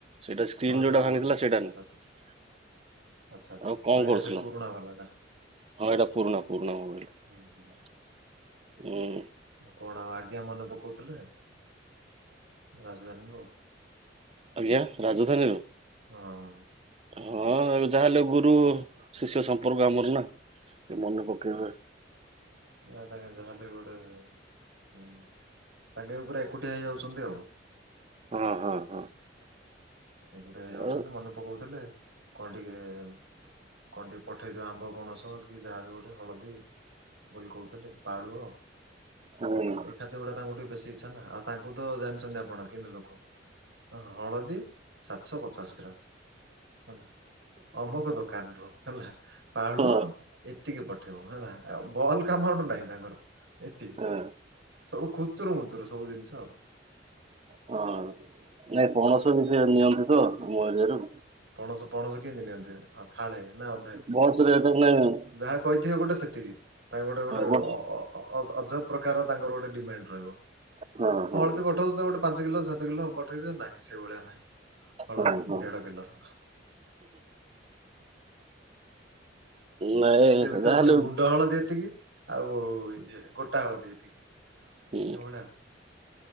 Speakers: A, on the right; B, on the right.
A: ସେଇଟା ସ୍କ୍ରିନ
B: ହଁ ଏଇଟା
A: ଯୋଉଟା
B: ଆଉ
A: ଭାଙ୍ଗିଥିଲା
B: ଗୋଟେ
A: ସେଇଟା
B: ଆଚ୍ଛା
A: ନୁହେଁ।
B: ଆଚ୍ଛା। ଆଚ୍ଛା ଆଚ୍ଛା
A: ଆଉ କଣ
B: ଓ ଏଇଟା
A: କରୁଥିଲ
B: ସେ ପୁରୁଣା ବାଲାଟା
A: ହଁ ଏଇଟା ପୁରୁଣା ପୁରୁଣା ମୋବାଇଲ୍ ଟା।
B: ହୁଁ ହୁଁ।
A: ହୁଁ।
B: କଣ ଆଉ ଆଜ୍ଞା ମନେ ପକଉଥିଲେ ରାଜଧାନୀରୁ।
A: ଆଜ୍ଞା ରାଜଧାନୀରୁ।
B: ହଁ
A: ହଁ ଆଉ ଯାହା ହେଲେ ଗୁରୁ ଶିଷ୍ୟ ସମ୍ପର୍କ ଆମର ନା। ମନେ ପକେଇିବେ।
B: ୟତା କା ଯାହା ହେଲେ ବି ଗୋଟେ ହଁ ତାଙ୍କେ ପୁରା ଏକୁଟିିଆ ହେଇଯାଉଛନ୍ତି ଆଉ।
A: ହଁ ହଁ ହଁ।
B: ଏକୁଟିଆ ହେଇଯାଉଛନ୍ତି
A: ଆଉ
B: ମନେ ପକଉଥିଲେ କଣ ଟିକେ? କଣ ଟିକେ ପଠେଇଦିଅ ଆମ୍ବ ପଣସ କି ଯାହାବି ଗୋଟେ ହଳଦୀ ବୋଲି କହୁଥିଲେ ପାଳୁଅ ଏଇ
A: ହୁଁ
B: ଖାଦ୍ୟ ଗୁଡାକ ତାଙ୍କୁ ଟିକେ ବେଶୀ ଇଚ୍ଛା ନା ଆଉ ତାଙ୍କୁ ତ ଜାଣିଛନ୍ତି ଆପଣ କେମିତି ଲୋକ ହଳଦୀ ସାତଶହ ପଚାଶ ଗ୍ରାମ। ହେଲା ଅମ୍ବୁକ ଦୋକାନରୁୁ। ହେଲା ପାଳୁଅ
A: ହଁ
B: ଏତିକି ପଠେଇବ ହେଲା ଆଉ ବଲ୍କ୍ ଆମାଉଣ୍ଟ ନାହିଁ ତାଙ୍କର। ଏତିକ
A: ହଁ
B: ସବୁ ଖୁଚୁର ମୁୁଚୁର ସବୁ ଜିନିଷ ଆଉ।
A: ହଁ ନାଇଁ ପଣସ ବି ସେ ନିଅନ୍ତି ତ ମୋ ଏରିୟାରୁ।
B: ପଣସ ପଣସ କେମତି ନିଅନ୍ତି ହଁ ଫାଳେ ନା ଅଧେ।
A: ବସ ରେ ନେଟୱର୍କ ନାହିଁ।
B: ଯାହା କହିଥିବେ ଗୋଟେ ସେତିକି ତାଙ୍କ ଗୋଟେ ଗୋଟେ
A: ହଁ ଗୋ
B: ଅ ଅ ଅ ଅ ଅଜବ ପ୍ରକାର ତାଙ୍କର ଗୋଟେ ଡିମାଣ୍ଡ ରହିବ।
A: ହଁ ହଁ।
B: ଯଦି ପଠଉଚୁ ତ ଗୋଟେ ପାଞ୍ଚ କିଲୋ ସାତ କିଲୋ ପଠେଇଦିଅ ନାହିଁ ସେ ଭଳିଆ ନାହିଁ। ହଳଦୀ
A: ହଁ ହଁ।
B: ଦେଢ କିଲ। <inaudible>
A: ନାଇଁ
B: ସେ ଭିତରେ
A: ଯାହାହେଲେ
B: ପୁଣି ଗୁଣ୍ଡ ହଳଦି ଏତିକି ଆଉ ଇଏ ଗୋଟା ହଳଦୀ ଏତିକି
A: ହୁଁ
B: ଏଇ ଭଳିଆଉ।